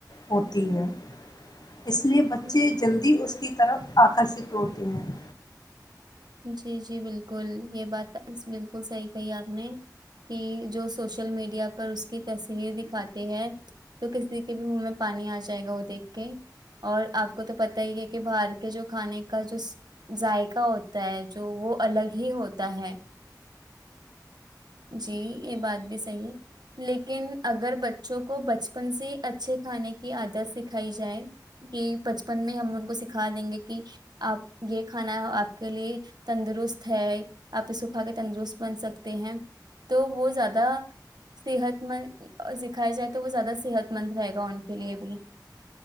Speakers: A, on the left (about 65°); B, on the right (about 70°).
A: ہوتی ہے اس لیے بچے
B: ہ
A: جلدی اس کی طرف آکرشت ہوتے ہیں
B: جی جی بالکل یہ بات بالکل صحیح کہی آپ نے کہ جو سوشل میڈیا پر اس کی تصویر دکھاتی ہے تو کسی کے بھی منہ میں پانی آ جائے گا وہ دیکھ کے اور آپ کو تو پتا ہی ہے کہ باہر کے جو کھانے کا جو ذائقہ ہوتا تا ہے جو وہ الگ ہی ہوتا ہے جی یہ بات بھی صحی ہے لیکن اگر بچوں کو بچپن سے اچھے کھانے کی عادت سکھائی جائے کہ بچپن میں ہم ان کو سکھا دیں گے کہ آپ یہ کھانا آپ کے لیے تندرست ہے آپ سکھا کے تندرست بن سکتے ہیں تو وہ زیادہ صحت مند سکھایا جائے تو وہ زیادہ صحت مند رہے گا ان کے لیے بھی